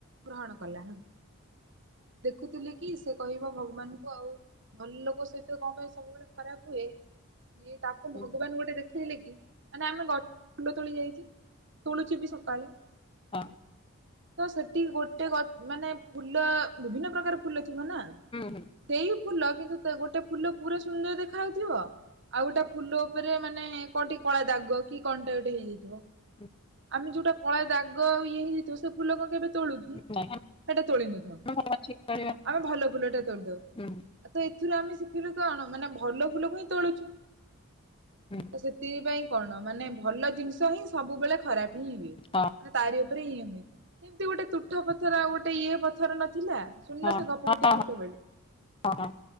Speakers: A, on the right (about 50°); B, on the left (about 25°).
A: ଗ୍ରହଣ କଲା। ଦେଖୁଥିଲି କି ସେ କହିବ ଭଗବାନଙ୍କୁ ଆଉ ଭଲ ଲୋକ ସହି କଣ ପାଇଁ ସବୁବେଳେ ଖରାପ ହୁଏ ସିଏ ତାକୁ
B: ହଁ
A: ଭଗବାନ ଗୋଟେ ଦେଖ ହେଲେ କି ମାନେ ଆମେ ଗଛ ଫୁଲ ତୋଳି ଯାଇଚେ। ତୋଳୁଚି ବିି ସକାଳେ
B: ହଁ
A: ତ ସେଠି ଗୋଟେ ମାନେ ଫୁଲ ବିଭିନ୍ନ ପ୍ରକାର ଫୁଲ ଥିବ ନା।
B: ହୁଁ
A: ସେଇ ଫୁଲ କିନ୍ତୁ ଗୋଟେ ଫୁଲ ପୁରା ସୁନ୍ଦର ଦେଖାାଯାଉଥିବ ଆଉ ଗୋଟେ ଫୁଲ ଉପରେ ମାନେ କଣଟେ କଳା ଦାଗ କି କଣଟେ ଗୋଟେ ହେଇଯାଇଥିବ।
B: ହୁଁ
A: ଆମେ ଯୋଉଟା କଳ ଦାଗ ଇଏ ହେଇଯାଇଥିବ ସେ ଫୁଲ <unintelligible> କେବେ ତୋଳୁ କି?
B: ନାଇଁ
A: ସେଟା ତୋଳିି ନଥାଉ।
B: ଆମେ ଭଲ ବାଛିକି କରିବା
A: ଆମେ ଭଲ ଫୁଲୋଟା ତୋଳି ଦୋଉ।
B: ହୁଁ
A: ସେଥିଲୁ ଆମେ ଶିଖିଲୁ କଣ ମାନେ ଭଲ ଫୁଲକୁ ହିଁ ତୋଳୁଛୁ
B: ହୁଁ
A: ତ ସେଥିପାଇଁ। କଣ ମାନେ ଭଲ ଜିନିଷ ହିଁ ସବୁବେଳେ ଖରାପ ହିଁ ହୁଏ।
B: ହଁ
A: ମାନେ ତାରି ଉପରେ ଇଏ ହୁଏ ଏମିତି ଗୋଟେ ତୁଠ ପଥର ଗୋଟେ ଇଏ ପଥର ଥିଲା ଶୂନ
B: ହଁ
A: ସେ ଗପ ଗୋଟେ
B: ହଁ ହଁ
A: ଛୋଟବେଳେ।
B: ହଁ ହଁ